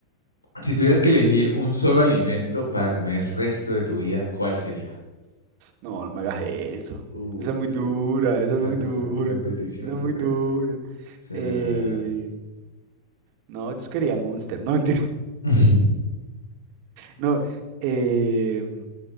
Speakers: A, on the left (about 85°); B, on the right (about 45°).
A: Si tuvieras que elegir un solo alimento para comer el resto de tu vida, ¿cuál sería?
B: No, no me hagas eso.
A: Uh,
B: Esa es muy
A: esa,
B: dura,
A: es du-
B: esa
A: esa
B: es muy
A: es dura,
B: dura,
A: esa es deliciosa,
B: esa
A: esa
B: es muy
A: es dura,
B: dura.
A: esa
B: Eh,
A: es dura, la verdad.
B: no, yo quería Monster, no, mentira. <laughs>
A: <laughs>
B: No, eh,